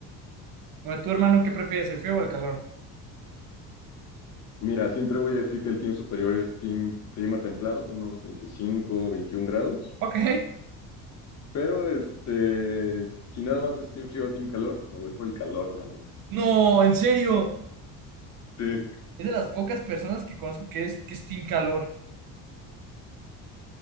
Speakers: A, on the right; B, on the left.
A: Bueno, ¿tu hermano qué prefieres, el frío o el calor?
B: Mira, siempre voy a decir que el team superior es team clima templado, unos 25 21 grados,
A: Ok.
B: pero este, si nada más es team frío o team calor, me voy por el calor, la neta.
A: No, en serio.
B: Sí,
A: Es de las pocas personas que conozco que es, que es team calor.